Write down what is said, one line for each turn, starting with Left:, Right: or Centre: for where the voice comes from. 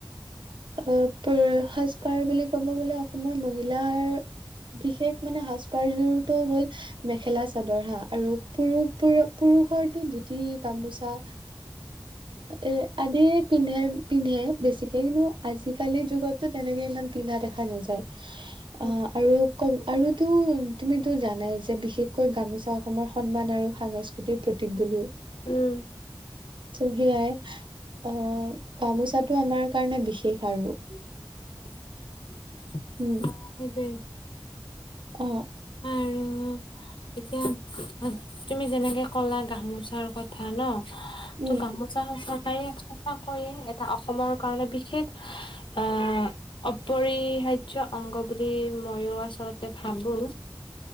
Right: <unintelligible> <unintelligible> সাজ পাৰ বুলি ক'ব গলে অসমৰ মহিলাৰ বিশেষ মানে সাজ পাৰ জোৰ টো হ'ল মেখেলা চাদৰ হা আৰু পুৰুষবোৰ পুৰুষৰতো ধুতি, গামোচা
Left: <inaudible>
Right: এ আদিয়ে পিন্ধে পিন্ধে বেছিকে কিন্তু আজিকালি যুগত টো তেনেকে ইমান পিন্ধা দেখা নাযায়
Left: <inaudible>
Right: অ আৰু কম আৰুটো তুমিতো জানাই যে বিশেষকৈ গামোচা অসমৰ সন্মান আৰু সাংস্কৃতি ক প্ৰতীক বুলিও
Left: উম
Right: ত সেয়াই অ গামোচাটো আমাৰ কাৰণে বিশেষ আৰু
Left: <inaudible>
Right: উম,
Left: সেইটোৱে
Right: অ
Left: আৰু এতিয়া তুমি যেনেকে ক'লা গামোচাৰ কথা ন ত
Right: উম,
Left: গামো চাওঁ চৰকাৰে সঁচা কৈয়ে এটা অসমৰ কাৰণে বিশেষ আহ অপৰিহাৰ্য অংগ বুলি মইও আচলতে ভাবো